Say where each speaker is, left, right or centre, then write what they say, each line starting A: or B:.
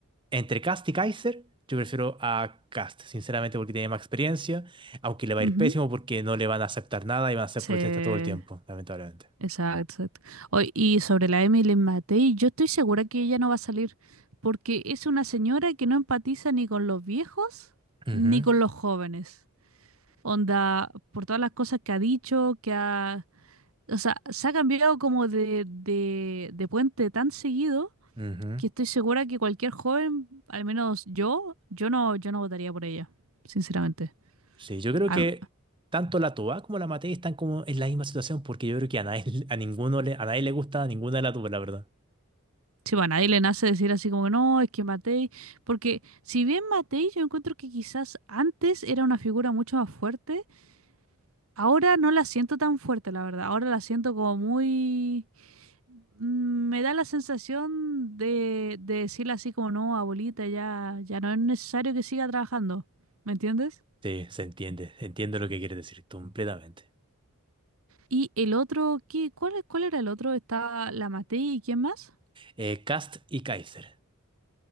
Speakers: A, on the right; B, on the right.
A: entre Kast y Kaiser, yo prefiero a Kast, sinceramente, porque tiene más experiencia, aunque le va
B: ujú.
A: a ir pésimo porque no le van a aceptar nada y van a hacer
B: Sí.
A: protestas todo el tiempo, lamentablemente.
B: Exacto, exacto. Oy, y sobre la Emily Matei, yo estoy segura que ella no va a salir, porque es una señora que no empatiza ni con los viejos
A: Ujú,
B: ni con los jóvenes. Onda, por todas las cosas que ha dicho, que ha... O sea, se ha cambiado como de, de, de puente tan seguido
A: ujú.
B: que estoy segura que cualquier joven, al menos yo, yo no, yo no votaría por ella, sinceramente.
A: Sí, yo creo
B: A-
A: que tanto la Toa como la Matei están como en la misma situación porque yo creo que a nadie, <laughs> a ninguno le, a nadie le gusta ninguna de las dos, la verdad.
B: Sí, bueno, ahí le nace decir así como, no, es que Matei, porque si bien Matei yo encuentro que quizás antes era una figura mucho más fuerte, ahora no la siento tan fuerte, la verdad, ahora la siento como muy... mm, Me da la sensación de, de decirle así como, no, abuelita, ya, ya no es necesario que siga trabajando, ¿me entiendes?
A: Sí, se entiende, entiendo lo que quieres decir completamente.
B: Y el otro, ¿qué, cuál, cuál era el otro? Estaba la Matei y ¿quién más?
A: Eh, Kast y Kaiser.